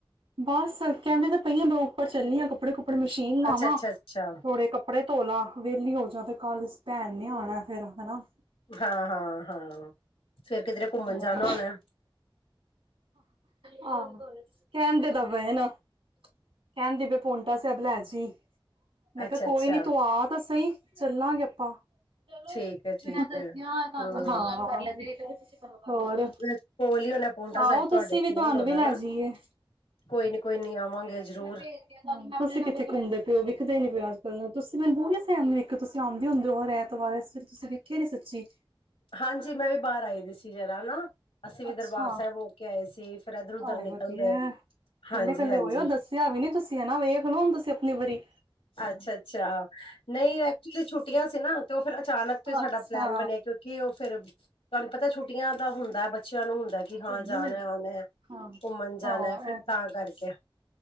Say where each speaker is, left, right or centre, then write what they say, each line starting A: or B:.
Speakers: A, on the right (about 80°); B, on the left (about 85°).
A: ਬਸ ਕਹਿੰਦੇ ਤਾਂ ਪਈ ਮੈਂ ਉੱਪਰ ਚੱਲੀ ਕੱਪੜੇ ਕੁੱਪੜੇ ਮਸ਼ੀਨ ਲਾਵਾਂ
B: ਅੱਛਾ ਅੱਛਾ ਅੱਛਾ
A: ਥੋੜੇ ਕੱਪੜੇ ਧੋਲਾ ਵਿਹਲੀ ਹੋ ਜਾ ਤੇ ਕੱਲ ਭੈਣ ਨੇ ਆਉਣਾ ਫਿਰ ਹਨਾ
B: ਹਾਂ ਹਾਂ ਹਾਂ ਫਿਰ ਕਿਧਰੇ ਘੁੰਮਣ
A: ਹਾਂ
B: ਜਾਣਾ ਹੋਣਾ
A: ਆਹੋ ਕਹਿੰਦੇ ਤਾਂ ਪੇ ਨਾ ਕਹਿੰਦੇ ਪੋਂਟਾ ਸਹਿਬ ਲੈ ਜੀ। ਮੈਂ
B: ਅੱਛਾ
A: ਕੋਈ
B: ਅੱਛਾ
A: ਨੀ ਤੂੰ ਆ ਤਾਂ ਸਹੀ ਚੱਲਾਂਗੇ ਆਪਾਂ। ਚਲੋ
B: ਠੀਕ ਹੈ ਠੀਕ
A: ਮੈਂ ਦੱਸਦੀ
B: ਹੈ
A: ਹਾਂ ਤੁਹਾਨੂੰ
B: ਹੂੰ
A: <unintelligible> ਤੁਸੀਂ ਕਰੋ ਹੋਰ
B: ਕੋਲ ਹੀ ਹੋਣਾ ਪੋਂਟਾ
A: ਆਓ
B: ਸਾਹਿਬ ਤੁਹਾਡੇ
A: ਤੁਸੀਂ
B: ਕੋਲ
A: ਵੀ ਤੁਹਾਨੂੰ
B: ਹੋਣਾ
A: ਵੀ ਲੈ
B: ਨਾ
A: ਜਾਈਏ।
B: ਕੋਈ ਨੀ ਕੋਈ ਨੀ ਆਵਾਂਗੇ। ਜ਼ਰੂਰ
A: ਇਨਾ ਭੇ ਹਾਂ ਤੁਸੀਂ ਕਿੱਥੇ ਘੁੰਮਦੇ ਪਏ ਵਿਖਦੇ ਨੀ ਪਓ ਅੱਜ ਕੱਲ ਨੂੰ ਤੁਸੀਂ ਮੈਨੂੰ ਫੈਮਿਲੀ ਇੱਕ ਤੁਸੀਂ ਆਉਂਦੇ ਹੁੰਦੇ ਹਰ ਐਤਵਾਰ। ਤੁਸੀਂ ਵਖਿਆ ਨੀ ਸੱਚੀ।
B: ਹਾਂਜੀ ਮੈਂ ਵੀ ਬਾਹਰ ਆਈ ਦੀ ਸੀ ਜਰਾ ਹਨਾ ਅਸੀਂ ਵੀ
A: ਅੱਛਾ
B: ਦਰਬਾਰ ਸਾਹਿਬ ਹੋ ਕੇ ਆਏ ਸੀ। ਫਿਰ ਇਧਰ ਉਧਰ
A: ਆਏ
B: ਨਿਕਲ
A: ਵਧੀਆ
B: ਗਏ
A: ਕੱਲੇ
B: ਹਾਂਜੀ
A: ਕੱਲੇ
B: ਹਾਂਜੀ।
A: ਹੋਏ ਹੋ ਦੱਸਿਆ ਵੀ ਨੀ ਤੁਸੀਂ ਹੈਨਾ ਵੇਖ ਲੋ ਹੁਣ ਤੁਸੀਂ ਆਪਣੀ ਵਾਰੀ।
B: ਅੱਛਾ ਅੱਛਾ ਨਹੀਂ ਐਕਚੁਲੀ ਛੁੱਟੀਆਂ ਸੀ ਨਾ ਤੇ ਉਹ ਫਿਰ ਅਚਾਨਕ ਤੋਂ ਹੀ ਸਾਡਾ
A: ਅੱਛਾ
B: ਪਲੈਨ ਬਣਿਆ ਕਿ ਕਿ ਉਹ ਫਿਰ ਤੁਹਾਨੂੰ ਪਤਾ ਛੁੱਟੀਆਂ ਦਾ ਹੁੰਦਾ ਬੱਚਿਆਂ ਨੂੰ ਹੁੰਦਾ। ਕਿ ਹਾਂ
A: ਘੁੰਮਣ
B: ਜਾਣਾ
A: ਲੈ
B: ਆਣਾ
A: ਹਾਂ
B: ਘੁੰਮਣ ਜਾਣਾ
A: ਹਾਂ
B: ਫਿਰ
A: ਇਹ
B: ਤਾਂ ਕਰਕੇ।